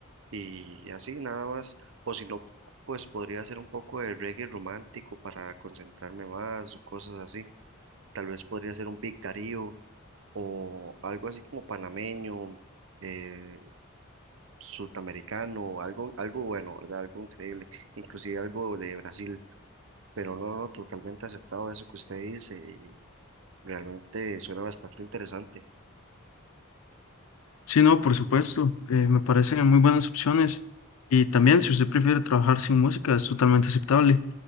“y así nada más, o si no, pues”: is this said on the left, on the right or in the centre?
Right